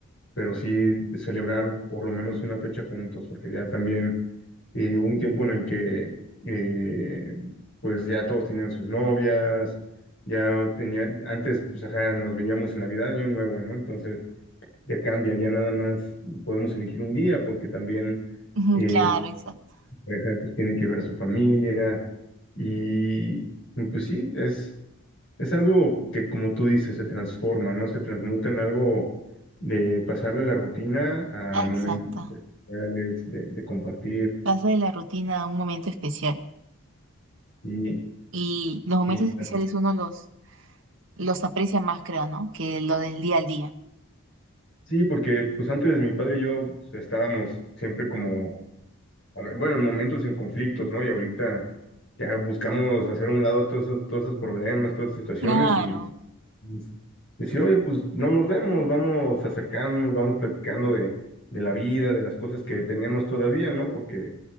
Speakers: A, on the left (about 55°); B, on the right (about 55°).
A: pero sí celebrar por lo menos una fecha juntos, porque ya también eh, hubo un tiempo en el que eh, pues ya todos tenían sus novias, ya tenía, antes pues ajá, nos veíamos en Navidad y Año Nuevo, ¿no? Entonces ya cambia, ya nada más podemos elegir un día, porque también
B: Ujú,
A: eh,
B: Claro, exacto.
A: la pareja pues tiene que ver a su familia y y, pues sí, es... Es algo que, como tú dices, se transforma, ¿no? Se transmuta en algo de pasar de la rutina a
B: Ah,
A: momentos
B: Exacto.
A: reales, de, de compartir.
B: Pasa de la rutina a un momento especial.
A: Y
B: Y los momentos
A: sí,
B: especiales
A: ya.
B: uno los, los aprecia más, creo, ¿no? Que lo del día al día.
A: sí, porque pues antes mi padre y yo pues, estábamos siempre como, a ver, bueno, en momentos en conflictos, ¿no? Y ahorita ya buscamos hacer a un lado todos esos, todos esos problemas, todas esas situaciones
B: Claro,
A: y pues, decir, oye, pues no nos vemos, vamos acercándonos, vamos platicando de, de la vida, de las cosas que tenemos todavía, ¿no? Porque